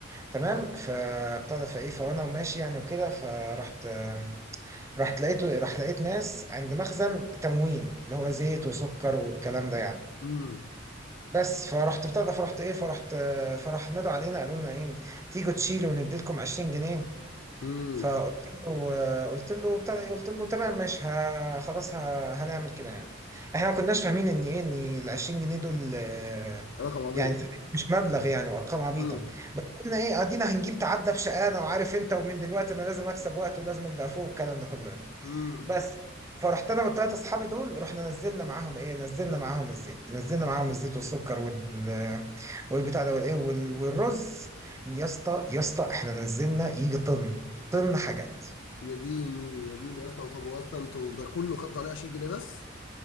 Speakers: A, on the right; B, on the left.
A: تمام فابتدى فايه فانا وماشي يعني وكده فرحت آه، رحت لقيته راح لقيت ناس عند مخزن تموين اللي هو زيت وسكر والكلام ده يعني
B: امم
A: بس فرحت بتاع ده فرحت ايه فرحت آه، فراح نادوا علينا قالوا لنا ايه تيجوا تشيلوا ونديلكم 20 جنيه
B: امم
A: فقلت له آه، قلت له بتاع ده إيه، قلت له تمام ماشي ه- خلاص ه- هنعمل كده يعني احنا ما كناش فاهمين ان ايه ان ال 20 جنيه دول آه،
B: رقم عبيط
A: يعني مش مبلغ يعني وارقام عبيطه
B: امم
A: بس قلنا ايه ادينا هنجيب تعدى بشقانا وعارف انت ومن دلوقتي انا لازم اكسب وقت ولازم ابدا فوق الكلام ده كله يعني.
B: امم
A: بس فرحت انا والتلات اصحابي دول رحنا نزلنا معاهم ايه نزلنا معاهم الزيت نزلنا معاهم الزيت والسكر وال والبتاع ده والايه وال- والرز يا اسطى يا اسطى احنا نزلنا يجي طن طن حاجات
B: يا ديني يا ديني اصلا طب هو اصلا انتوا ده كله خدتوا عليه 20 جنيه بس